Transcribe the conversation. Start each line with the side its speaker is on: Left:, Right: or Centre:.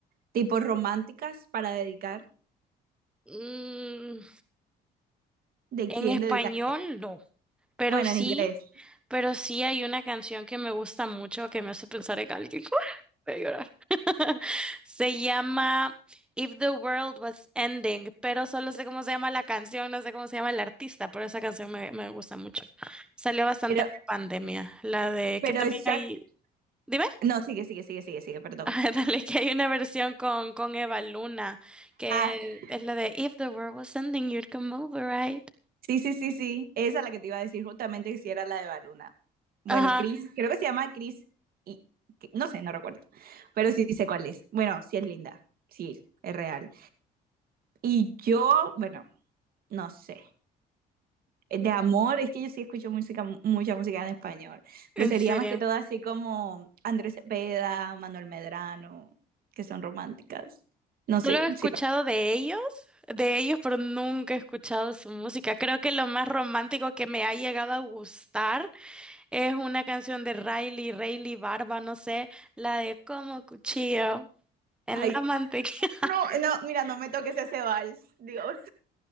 Right: tipo románticas para dedicar,
Centre: Mm,
Right: ¿de
Centre: en
Right: quién
Centre: español,
Right: dedicaría?
Centre: no. Pero
Right: Bueno,
Centre: sí,
Right: en inglés.
Centre: pero sí hay una canción que me gusta mucho que me hace pensar en alguien. <laughs> Voy a llorar. <laughs> Se llama If the World Was Ending, pero solo sé cómo se llama la canción, no sé cómo se llama el artista, pero esa canción me, me gusta mucho. Salió bastante
Right: Pero,
Centre: en pandemia, la de
Right: pero
Centre: que también
Right: exacto,
Centre: hay, dime,
Right: No, sigue, sigue, sigue, sigue, sigue, perdón.
Centre: Ah, <laughs> dale, que hay una versión con, con Eva Luna, que
Right: Ajá.
Centre: es la de If the World Was Ending, you'd come over, right?
Right: Sí, sí, sí, sí. Esa es la que te iba a decir justamente que si era la de Baluna. Bueno,
Centre: Ajá,
Right: Chris, creo que se llama Chris y que- no sé, no recuerdo. Pero sí sé cuál es. Bueno, sí es linda. Sí, es real. Y yo, bueno, no sé. De amor, es que yo sí escucho música, mucha música en español.
Centre: en
Right: Pero sería
Centre: serio.
Right: más que todo así como Andrés Cepeda, Manuel Medrano, que son románticas. No sé.
Centre: Solo he escuchado
Right: sí.
Centre: de ellos, de ellos, pero nunca he escuchado su música. Creo que lo más romántico que me ha llegado a gustar es una canción de Riley, Riley Barba, no sé, la de Como cuchillo en
Right: Ay,
Centre: la mantequilla.
Right: no, no, mira, no me toques ese vals. Dios.